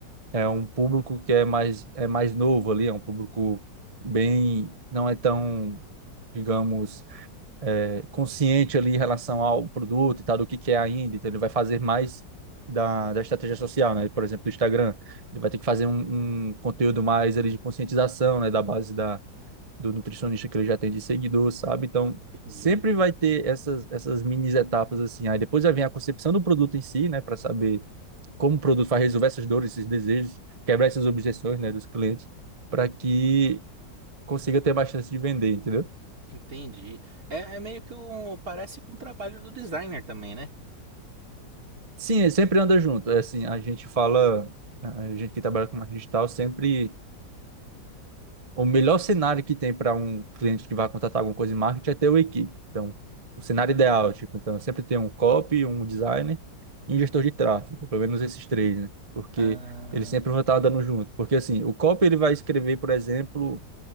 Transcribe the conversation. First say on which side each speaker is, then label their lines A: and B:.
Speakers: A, on the right; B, on the right.
A: é um público que é mais, é mais novo ali, é um público bem, não é tão, digamos, é, consciente ali em relação ao produto e tal, do que que é ainda, então ele vai fazer mais da, da estratégia social, né? Por exemplo, do Instagram, ele vai ter que fazer um, um conteúdo mais ali de conscientização, né? Da base da, do nutricionista que ele já tem de seguidor, sabe? Então,
B: entendi,
A: sempre vai ter essas, essas mini etapas assim, aí depois já vem a concepção do produto em si, né? Para saber como o produto vai resolver essas dores, esses desejos, quebrar essas objeções, né, dos clientes, para que consiga ter mais chance de vender, entendeu?
B: entendi. É, é meio que um, parece com o trabalho do designer também, né?
A: Sim, é, sempre anda junto. é Assim, a gente fala, a gente que trabalha com marketing digital, sempre o melhor cenário que tem para um cliente que vai contratar alguma coisa em marketing é ter uma equipe. Então, o cenário ideal, tipo, então sempre tem um copy, um designer e um gestor de tráfego, pelo menos esses três, né? Porque
B: Ah,
A: eles sempre vão estar andando junto. Porque assim, o copy ele vai escrever, por exemplo,